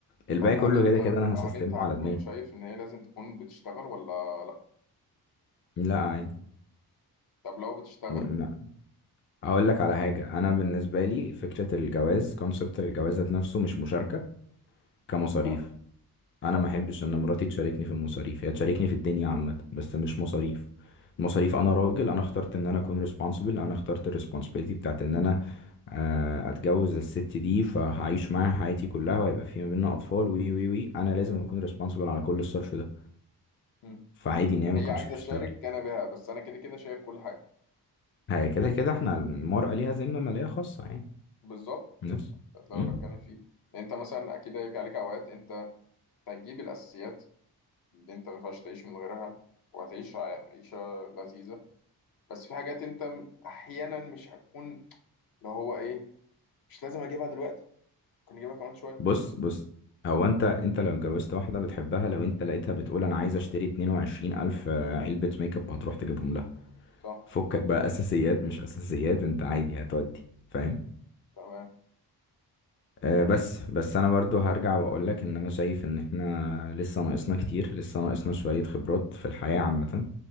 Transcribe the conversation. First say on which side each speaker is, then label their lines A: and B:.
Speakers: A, on the left (about 35°); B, on the left (about 65°).
A: الباقي
B: طب
A: كله
B: هل انت
A: كده كده أنا هسستمه
B: هل انت هتكون
A: على دماغي
B: شايف ان هي لازم تكون بتشتغل ولا لا
A: لا عادي
B: طب لو بتشتغل
A: م- م- هقول لك على حاجة أنا بالنسبة لي فكرة الجواز كونسبت الجواز ذات نفسه مش مشاركة كمصاريف
B: تمام
A: أنا
B: صح
A: ما أحبش إن مراتي تشاركني في المصاريف هي تشاركني في الدنيا عامة بس مش مصاريف المصاريف أنا راجل أنا اخترت إن أنا أكون responsible أنا اخترت ال responsibility بتاعت إن أنا آه، اتجوز الست دي فهعيش معاها حياتي كلها وهيبقى في ما بيننا اطفال وي وي وي انا لازم اكون ريسبونسبل على كل الصرف ده
B: مم.
A: فعادي ان هي ما
B: هي
A: تكونش
B: عايزه
A: بتشتغل
B: تشارك انا بها بس انا كده كده شايل كل حاجه
A: هي كده كده احنا المرأة ليها ذمة مالية خاصة يعني
B: بالظبط
A: نفس
B: ده اللي
A: مم.
B: انا بتكلم فيه لان انت مثلا اكيد هيجي عليك اوقات انت هتجيب الأساسيات اللي أنت ما ينفعش تعيش من غيرها وهتعيش ع- عيشة لذيذة بس في حاجات أنت م- أحيانا مش هتكون اللي هو إيه مش لازم أجيبها دلوقتي ممكن أجيبها كمان شوية
A: بص بص هو انت انت لو اتجوزت واحدة بتحبها لو انت لقيتها بتقول انا عايز اشتري 22 الف علبة ميك اب هتروح تجيبهم لها
B: صح
A: فكك بقى اساسيات مش اساسيات انت عادي هتودي فاهم
B: تمام
A: آه، بس بس انا برضو هرجع واقول لك ان انا شايف ان احنا لسه ناقصنا كتير لسه ناقصنا شوية خبرات في الحياة عامة